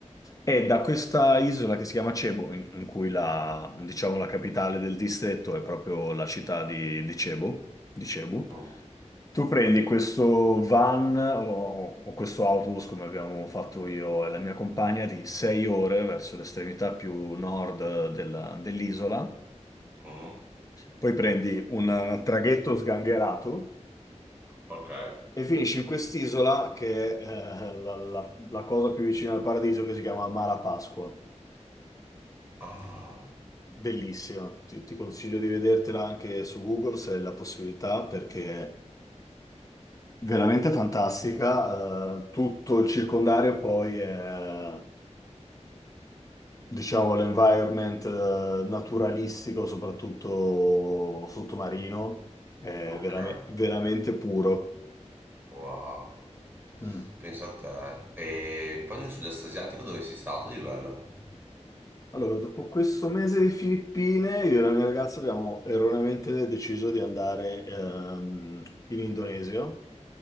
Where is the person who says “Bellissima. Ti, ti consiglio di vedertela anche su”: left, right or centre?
Left